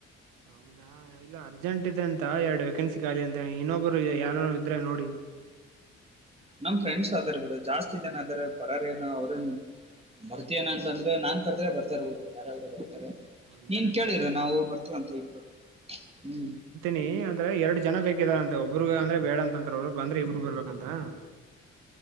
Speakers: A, on the right; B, on the right.
A: ಹೌದಾ ಇಲ್ಲಾ ಅರ್ಜೆಂಟ್ ಇದೆ ಅಂತ ಎರಡು ವೇಕೆನ್ಸಿ ಖಾಲಿ ಅಂತ ಇನ್ನೊಬ್ಬರು ಯಾರನು ಇದ್ರೆ ನೋಡಿ
B: ನಮ್ ಫ್ರೆಂಡ್ಸ್ ಅದಾರ್ ಬಿಡು ಜಾಸ್ತಿ ಜನಾ ಅದಾರ ಬರೋರೇ ಏನು ಅವ್ರನ್ ಬರ್ತೀನ ಅಂತಂದ್ರೆ ನಾನ್ ಕರ್ದ್ರೆ ಬರ್ತಾರೆ ಹುಡುಗ ಯಾರಾದ್ರರು ಬರ್ತಾರೆ.
A: ಇಲ್ಲ
B: ನೀನ್
A: ನನ್ಗೆ
B: ಕೇಳಿರ ನಾವು ಬರ್ತೀವಂತ ಇಬ್ಬರು ಹುಂ
A: ನಿ ಅಂದ್ರೆ ಎರಡು ಜನಾ ಬೇಕಿದ ಅಂತೆ ಒಬ್ಬರುಗ ಅಂದ್ರೆ ಬೇಡ ಅಂತ ರು ಬಂದ್ರೆ ಇಬ್ರು ಬರ್ಬೇಕಂತಾ